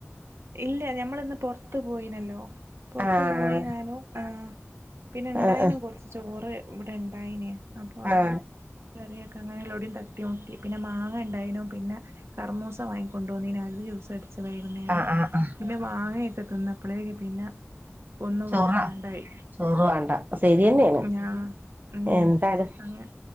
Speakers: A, on the right; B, on the right.
A: ഇല്ല ഞമ്മള് ന്ന് പുറത്ത് പോയിനല്ലോ പുറത്തു
B: ആഹ്
A: പോയി ഞാനും ആഹ് പിന്നെ ഇണ്ടായിന
B: ആഹ് ആഹ്
A: കൊറച്ച് ചോറ് ഇവിടെ ഇണ്ടായിനേ അപ്പൊ അതു
B: ആഹ്
A: കറിയൊക്കെ അങ്ങനെല്ലോടയും തട്ടി മുട്ടി പിന്നെ മാങ്ങ ഉണ്ടായിനും പിന്നെ കർമോസ വാങ്ങികൊണ്ടുവന്നിനു അത് ജ്യൂസടി ച്ച് വൈകുന്നേരം
B: ആഹ് ആഹ് ആഹ്
A: പിന്നെ മാങ്ങയൊക്കെ തിന്നപ്പോഴേക്ക പിന്നെ ഒന്നും
B: ചോറാ
A: വേണ്ടാണ്ടായി
B: ചോറ് വേണ്ടാ ശരിയന്നെയാണ്
A: ഞാ ഉം
B: എന്തായാലും
A: അങ്ങ